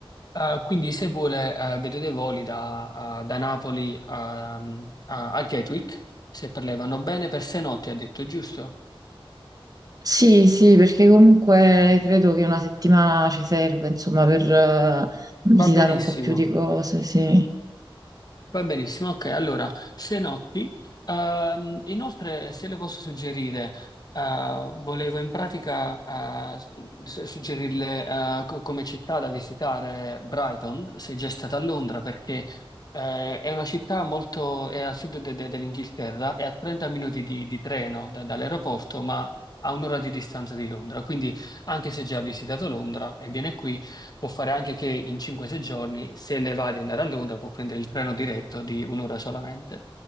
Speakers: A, on the left; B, on the right.
A: Eh, quindi se vuole, eh, vedo dei voli da, eh, da Napoli a, a a Gatwick, se per lei vanno bene, per sei notti ha detto, giusto?
B: Sì, sì, perché comunque credo che una settimana ci serve, insomma, per eh, visitare
A: Va benissimo.
B: un po' più di cose, sì.
A: Va benissimo, ok. Allora, se notti, ehm, inoltre se le posso suggerire, eh, volevo in pratica eh, s- suggerirle eh, co- come città da visitare Brighton, se già è stata a Londra, perché eh, è una città molto, è al sud de- de- dell'Inghilterra, è a 30 minuti di, di treno da- dall'aeroporto, ma a un'ora di distanza di Londra. Quindi, anche se già ha visitato Londra e viene qui, può fare anche che in 5-6 giorni, se ne va di andare a Londra, può prendere il treno diretto di un'ora solamente.